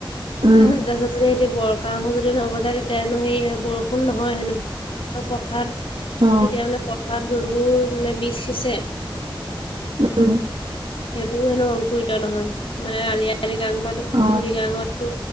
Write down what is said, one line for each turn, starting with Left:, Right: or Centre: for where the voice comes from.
Right: উম
Left: তাৰপিছত যদি সিহঁতি বৰ কাহো যদি নবজায় তেতিয়া হেনো হেৰি বৰষুণ নহয় হেনো। আৰু পথাৰত তেতিয়া
Right: অ
Left: মানে পথাৰত যোনবোৰ মানে বীষ সিঁচে
Right: উম
Left: সেইবোৰ হেনো অংকৰিত নহয় মানে আলি আঃয়ে লৃগাং কোৱাটো
Right: অ
Left: লৃগাঙত। টো